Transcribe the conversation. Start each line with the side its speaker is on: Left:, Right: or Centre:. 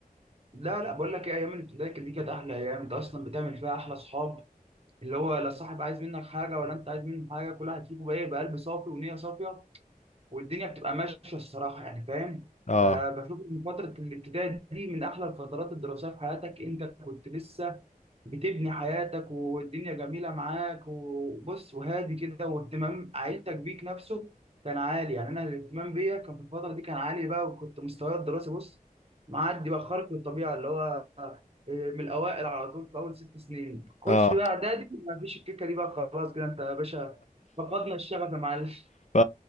Right: لا لا بقول لك ايه ايام الابتدائي كانت- دي كانت احلى ايام انت اصلا بتعمل فيها احلى اصحاب اللي هو لا صاحب عايز منك حاجه ولا انت عايز منه حاجه كل واحد فيكم بقى يبقى قلب صافي ونيه صافيه والدنيا بتبقى ماشيه الصراحه يعني فاهم
Left: اه
Right: فبشوف ان فتره الابتدائي دي من احلى الفترات الدراسيه في حياتك انت كنت لسه بتبني حياتك والدنيا جميله معاك وبص وهادي كده واهتمام عيلتك بيك نفسه كان عالي يعني انا الاهتمام بيا كان في الفتره دي كان عالي بقى وكنت مستواي الدراسي بص معدي بقى خارق للطبيعه اللي هو آه، من الاوائل على طول في اول ست سنين خش
Left: اه
Right: بقى اعدادي ما فيش الكيكه دي بقى خلاص كده انت يا باشا فقدنا الشغف يا معلم
Left: <laughs> ف...